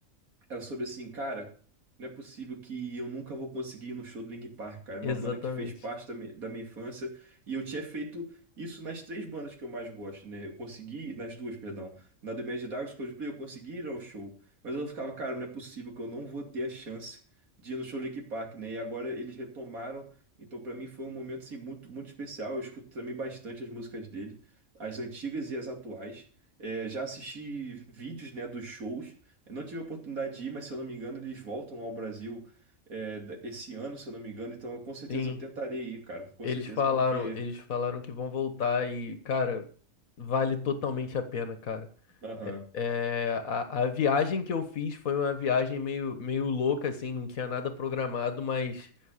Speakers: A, on the right (about 90°); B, on the left (about 80°).
A: Era sobre assim, cara, não é possível que eu nunca vou conseguir ir no show do Linkin Park, cara. É
B: Exatamente.
A: Uma banda que fez parte da, mi- da minha infância. E eu tinha feito isso nas três bandas que eu mais gosto, né? Eu consegui, nas duas, perdão. Na do Imagine Dragons, Coldplay, eu consegui ir ao show. Mas eu ficava, cara, não é possível que eu não vou ter a chance de ir no show do Linkin Park, né? E agora eles retomaram. Então, pra mim, foi um momento, assim, muito, muito especial. Eu escuto também bastante as músicas dele, as antigas e as atuais. É, já assisti vídeos, né, dos shows. Eu não tive a oportunidade de ir, mas se eu não me engano, eles voltam ao Brasil é, da- esse ano, se eu não me engano. Então, eu- com certeza
B: Sim.
A: eu tentarei ir, cara. Com
B: Eles
A: certeza,
B: falaram,
A: porque.
B: eles falaram que vão voltar e, cara, vale totalmente a pena, cara.
A: Aham,
B: É, é, a, a viagem que eu fiz foi uma viagem meio, meio louca, assim, não tinha nada programado, mas